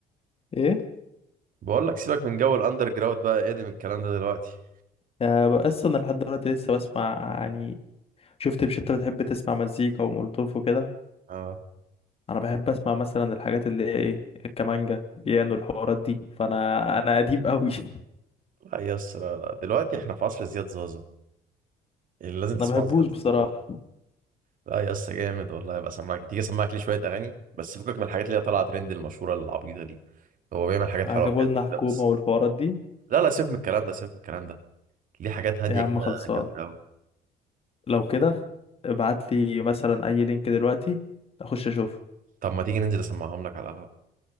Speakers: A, on the left; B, on the right.
A: ايه
B: بقول لك سيبك من جو الأندر جراوند بقى قدم الكلام ده دلوقتي
A: آه بس انا لحد دلوقتي لسه بسمع يعني شفت مش انت بتحب تسمع مزيكا ومولوتوف وكده
B: أه
A: انا بحب اسمع مثلا الحاجات اللي هي ايه الكمانجا بيانو الحوارات دي فانا انا قديم قوي <laughs>
B: لا يا اسطى لا لا دلوقتي إحنا في عصر زياد زازا اللي لازم
A: انا
B: تسمعه
A: بحبوش
B: زياد
A: بصراحة
B: زازا ده لا يا اسطى جامد والله هبقى أسمعك تيجي أسمعك ليه شوية أغاني بس فكك من الحاجات اللي هي طالعة ترند المشهورة العبيطة دي هو بيعمل حاجات
A: عجبوا
B: حلوة بجد
A: لنا حكومة
B: كده بس
A: والحوارات دي
B: لا لا سيبك من الكلام ده سيبك من الكلام ده ليه حاجات هادية
A: يا عم
B: كده
A: خلصان
B: جامدة أوي
A: لو كده ابعت لي مثلا اي لينك دلوقتي اخش اشوفه
B: طب ما تيجي ننزل أسمعهم لك على القهوة